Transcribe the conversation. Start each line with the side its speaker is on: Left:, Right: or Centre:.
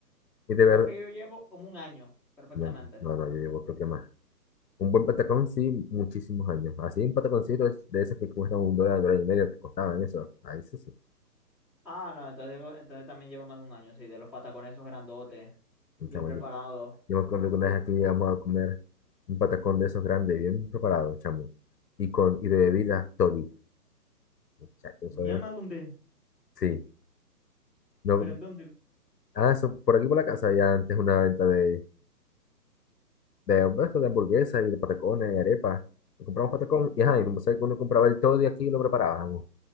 Left: Y de
Centre: yo
Left: verdad,
Centre: creo que yo llevo como un año, perfectamente.
Left: bueno, no, no, yo llevo creo que más. Un buen patacón, sí, muchísimos años. Así un pataconcito es- de esos que cuestan un dólar, dólar y medio, que costaban eso. ahí eso sí.
Centre: Ah, no, entonces, entonces también llevo más de un año, sí, de los patacones esos grandotes,
Left: un
Centre: bien
Left: chamo,
Centre: preparados.
Left: Yo yo me acuerdo que una
Centre: Sí.
Left: vez aquí llegamos a comer un patacón de esos grandes, bien preparado, chamo. Y con, y de bebida, toddy. Muchachos, eso
Centre: ¿Mi alma
Left: es.
Centre: dónde?
Left: Sí. No,
Centre: Eh, ¿pero en dónde?
Left: ah, eso, por aquí por la casa había antes una venta de, de, pues, de hamburguesas y de patacones y arepas. Y compramos
Centre: Mm,
Left: patacón y ajá, y no sé que uno compraba el toddy aquí y lo preparábamos.